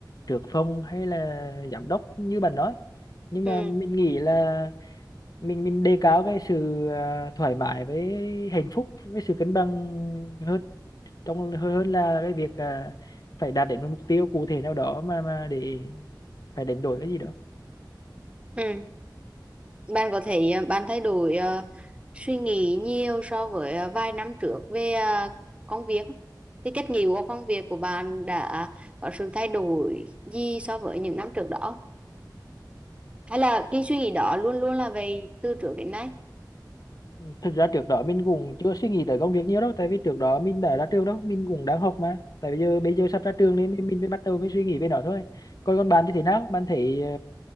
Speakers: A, on the left; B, on the right.
A: trưởng phòng hay là giám đốc như bạn nói nhưng mà
B: ừ.
A: mình nghĩ là mình mình đề cao
B: ừ
A: cái sự à, thoải mái với hạnh phúc với sự cân bằng hơn trong hơn hơn là cái việc à, phải đạt đến một mục tiêu cụ thể nào đó mà mà để phải đánh đổi cái gì đó
B: ừ bạn có thể ờ, bạn thay đổi ờ, suy nghĩ nhiều so với ờ, vài năm trước về ờ, công việc thì cách nghĩ của công việc của bạn đã có sự thay đổi gì so với những năm trước đó hay là cái suy nghĩ đó luôn luôn là về từ trước đến nay
A: thực ra trước đó mình cũng chưa suy nghĩ tới công việc nhiều đâu tại vì trước đó mình đã ra trường đâu mình cũng đang học mà tại bây giờ bây giờ sắp ra trường nên mình, mình mới bắt đầu mới suy nghĩ về nó thôi còn còn bạn thì thế nào bạn thấy ờ,